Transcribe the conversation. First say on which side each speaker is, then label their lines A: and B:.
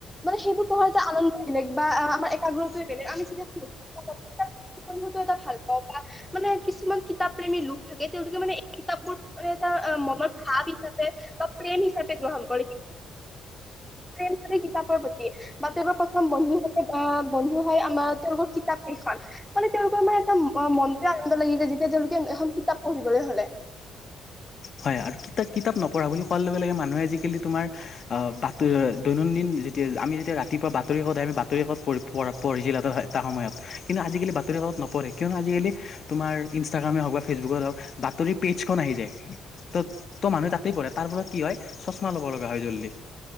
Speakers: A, in the centre; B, on the left.
A: মানে সেইবোৰ পঢ়াৰ যে আনন্দ বেলেগ বা আমাৰ একাগ্ৰতাটোৱে বেলেগ আমি যেতিয়া ত এটা ভাল পাওঁ বা মানে কিছুমান কিতাপ প্ৰেমীৰ লোক থাকে, তেওঁলোকে মানে এই কিতাপবোৰ মানে এটা মনৰ ভাৱ হিচাপে বা প্ৰেম হিচাপে গ্ৰহণ কৰে কি প্ৰেম থাকে কিতাপৰ প্ৰতি বা তেওঁৰ প্ৰথম বন্ধুতে বা বন্ধু হয় আমাৰ তেওঁলোকৰ কিতাপ খন মানে তেওঁলোকৰ মানে এটা মনতে আনন্দ লাগি যায়, যেতিয়া তেওঁলোকে এখন কিতাপ পঢ়িবলৈ ধলে
B: হয় আৰু কিতাপ- কিতাপ নপঢ়া বুলি কোৱাৰ লগে লগে মানুহে আজিকালি তোমাৰ বাত দৈনন্দিন যেতিয়া আমি যেতিয়া ৰাতিপুৱা বাতৰি কাকত আহে, আমি বাতৰি কাকত পঢ় প পঢ়িছিলো এটা এটা সময়ত কিন্তু আজিকালি বাতৰি ত নপঢ়ে কিয়নো আজিকালি তোমাৰ ইনষ্টাগ্ৰামে হওক বা ফেচবুকত হওক বাতৰিৰ পেজখন আহি যায়। ত তো মানুহে তাতেই পৰে তাৰ ফলত কি হয় চশমা ল'ব লগা হয় জল্দি